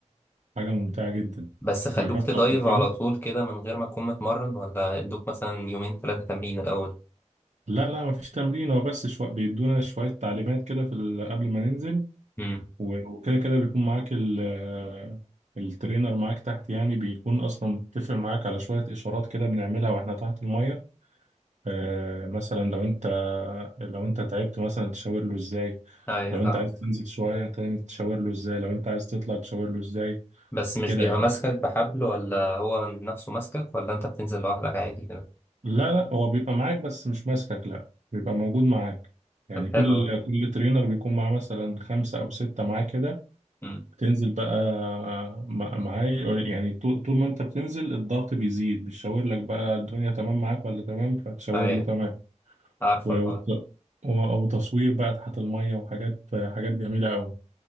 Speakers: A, on the right; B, on the left.
A: حاجة ممتعة جدا
B: بس خلوك
A: جربت
B: تدايف
A: قبل
B: على
A: كده
B: طول كده من غير ما تكون متمرن ولا ادوك مثلا يومين ثلاثة تمرين الاول
A: لا لا مفيش تمرين هو بس شو... بيدونا شوية تعليمات كده في ال... قبل ما ننزل
B: امم
A: و- وكده كده بيكون معاك ال... آه، الترينر معاك تحت يعني بيكون أصلا متفق معاك على شوية إشارات كده بنعملها وإحنا تحت المية آه مثلا لو أنت لو أنت تعبت مثلا تشاور له إزاي
B: ايوه
A: لو
B: فاهم
A: أنت عايز تنزل شوية تاني تشاور له إزاي لو أنت عايز تطلع تشاور له إزاي
B: بس مش
A: كده
B: بيبقى
A: يعني
B: ماسكك بحبل ولا هو من نفسه ماسكك ولا انت بتنزل لوحدك عادي كده
A: لا لا هو بيبقى معاك بس مش ماسكك لا بيبقى موجود معاك يعني
B: طب
A: كل
B: حلو
A: كل ترينر بيكون معاه مثلا خمسة أو ستة معاه كده
B: والله.
A: تنزل بقى مع- معاي يعني طو- طول ما انت بتنزل الضغط بيزيد بيشاور لك بقى الدنيا تمام معاك ولا تمام فتشاور
B: أيوة
A: له تمام
B: عارفة
A: و-
B: الحوار
A: وت- و- وتصوير بقى تحت المية وحاجات حاجات جميلة أوي